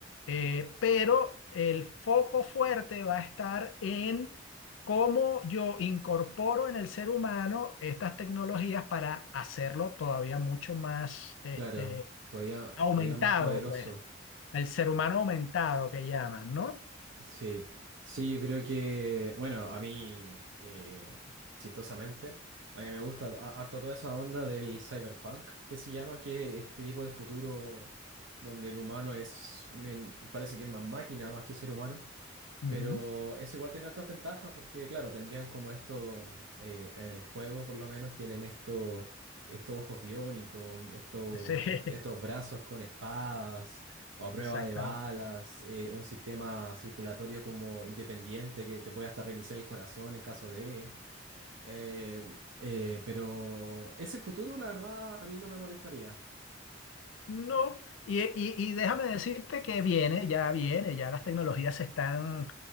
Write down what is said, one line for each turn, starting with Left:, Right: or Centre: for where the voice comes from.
Left: eh, pero el foco fuerte va a estar en cómo yo incorporo en el ser humano estas tecnologías para hacerlo todavía mucho más este,
Right: claro. Todavía,
Left: aumentado,
Right: todavía más poderoso.
Left: pues, el ser humano aumentado que llaman, ¿no?
Right: Sí, sí, yo creo que, bueno, a mí, eh, chistosamente, a mí me gusta a- harto toda esa onda del cyberpunk, que se llama, que es este tipo de futuro donde el humano es, me- parece que es más máquina, más que ser humano,
Left: Ujú.
Right: pero eso igual tiene otras ventajas porque, claro, tendrían como esto, mm, eh, en el juego por lo menos tienen esto, estos ojos biónicos, esto,
Left: Sí, <laughs>
Right: est- estos brazos con espadas o a prueba
Left: exacto.
Right: de balas, eh, un sistema circulatorio como independiente que te puede hasta reiniciar el corazón en caso de... eh, eh, pero ese futuro, la verdad, a mí no me molestaría.
Left: No, y, y- y déjame decirte que viene, ya viene, ya las tecnologías se están